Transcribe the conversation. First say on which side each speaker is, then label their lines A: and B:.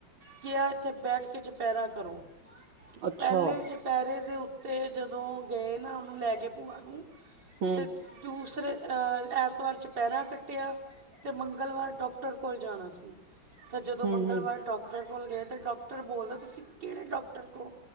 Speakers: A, on the right; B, on the right.
A: ਕਿਆ ਇੱਥੇ ਬੈਠ ਕੇ ਚਪੈਰਾ ਕਰੋ
B: ਅੱਛਾ
A: ਪੈਲੇ ਚ ਚਪੈਰੇ ਦੇ ਉੱਤੇ ਜਦੋਂ ਗਏ ਨਾ ਉਨੂੰ ਲੈ ਕੇ ਭੂਆ ਨੂੰ
B: ਹਮ
A: ਤੇ ਦੂਸਰੇ ਅ ਐਂਤਵਾਰ ਚਪੈਰਾ ਕੱਟਿਆ ਤੇ ਮੰਗਲਵਾਰ ਡੋਕਟਰ ਕੋਲ ਜਾਣਾ ਸੀ ਤੇ ਜਦੋਂ
B: ਹਮ
A: ਮੰਗ
B: ਹਮ
A: ਡੋਕਟਰ ਕੋਲ ਗਏ ਤਾਂ ਡੋਕਟਰ ਬੋਲਦਾ ਤੁਸੀਂ ਕੇੜੇ ਡੋਕਟਰ ਕੋ